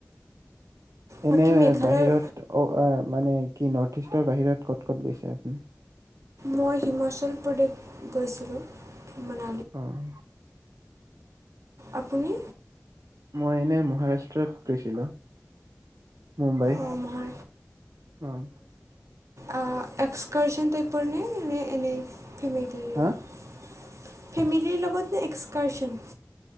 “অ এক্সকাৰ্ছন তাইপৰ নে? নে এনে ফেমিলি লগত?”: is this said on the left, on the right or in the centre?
Right